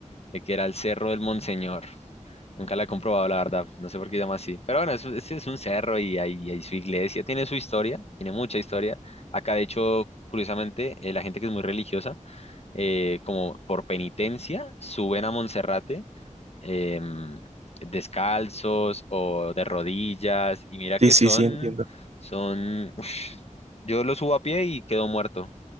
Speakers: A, on the left; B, on the right.
A: de que era el cerro del Monseñor, Nunca la he comprobado, la verdad. No sé por qué llama así. Pero bueno, es, es, es un cerro y hay, hay su iglesia. Tiene su historia, tiene mucha historia. Acá, de hecho, curiosamente, eh, la gente que es muy religiosa, eh, como por penitencia, suben a Monserrate em, descalzos o de rodillas. Y mira
B: Sí,
A: que
B: sí,
A: son,
B: sí, entiendo.
A: son, ush, yo lo subo a pie y quedo muerto.